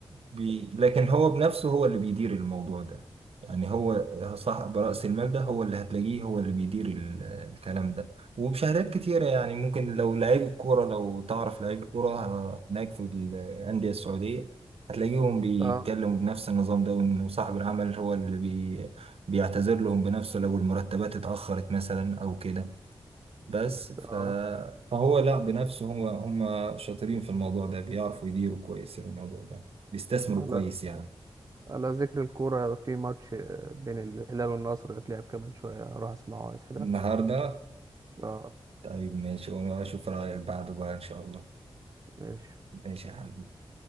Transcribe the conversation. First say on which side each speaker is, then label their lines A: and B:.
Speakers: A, on the right; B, on the right.
A: بي لكن هو بنفسه هو اللي بيدير الموضوع ده يعني هو صاحب رأس المال ده هو اللي هتلاقيه هو اللي بيدير ال- الكلام ده وبشهادات كتيرة يعني ممكن لو لعيب الكورة لو تعرف لعيب الكورة ه- هناك في الأندية السعودية هتلاقيهم بيتكلموا
B: اه
A: بنفس النظام ده وإنه صاحب العمل هو اللي بي بيعتذر لهم بنفسه لو المرتبات اتأخرت مثلا أو كده بس ف...
B: اه
A: فهو لا بنفسه هو هم شاطرين في الموضوع ده بيعرفوا يديروا كويس الموضوع ده بيستثمروا
B: على
A: كويس يعني
B: على ذكر الكورة في ماتش آه، بين الهلال والنصر هيتلعب كمان شوية اروح اسمعه عايز حاجة
A: النهاردة
B: اه
A: طيب ماشي وأنا أشوف رأيك بعده بقى إن شاء الله
B: ماشي
A: ماشي يا حبيبي